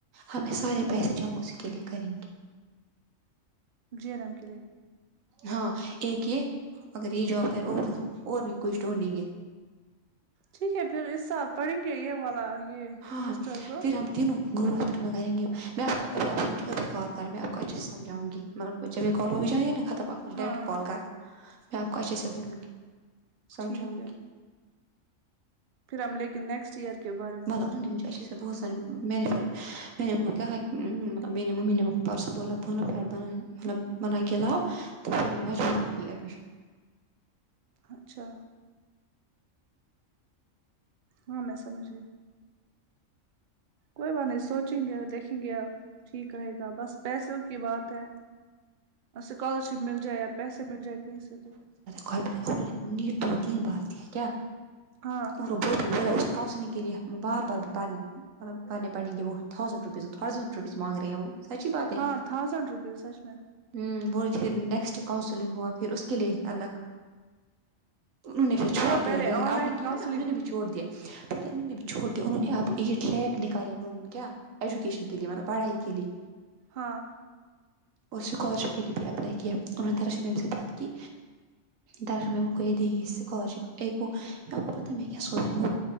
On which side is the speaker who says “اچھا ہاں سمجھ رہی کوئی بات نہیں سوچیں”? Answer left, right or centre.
Right